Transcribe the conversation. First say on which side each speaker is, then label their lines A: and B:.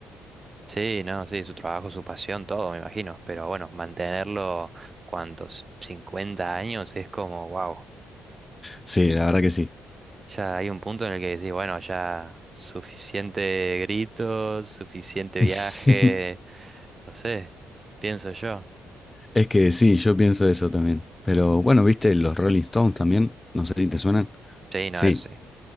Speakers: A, on the right; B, on the left.
A: Sí, no, sí, su trabajo, su pasión, todo, me imagino. Pero bueno, mantenerlo, ¿cuántos? cincuenta años es como, wow.
B: Sí, la verdad que sí.
A: Ya hay un punto en el que decís, bueno, ya suficiente gritos, suficiente
B: <laughs>
A: viaje, no sé, pienso yo.
B: Es que sí, yo pienso eso también. Pero bueno, ¿viste los Rolling Stones también? No sé si te suenan.
A: Sí, no,
B: Sí,
A: eso sí.